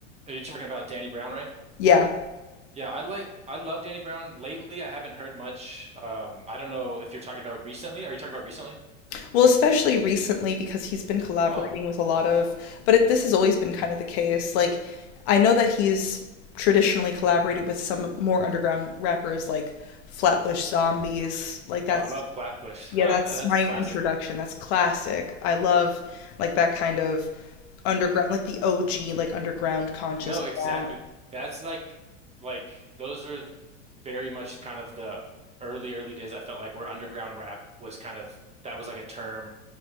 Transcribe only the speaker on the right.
Are you talking about Danny Brown, right?
Yeah, I like I love Danny Brown. Lately, I haven't heard much. Um, I don't know if you're talking about recently. Are you talking about recently?
Oh.
Oh, I love Flatbush.
<laughs>
That's
a classic.
No, exactly.
That's like like those are th- very much kind of the early early days I felt like where underground rap was kind of that was like a term.